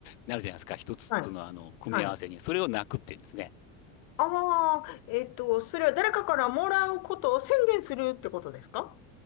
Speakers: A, on the left; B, on the left.
A: なるじゃないですか。1つのあの、
B: はい、
A: 組み合わせに。
B: はい。
A: それを泣くっていうんですね。
B: ああ、えっと、それは誰かからもらうことを宣言するってことですか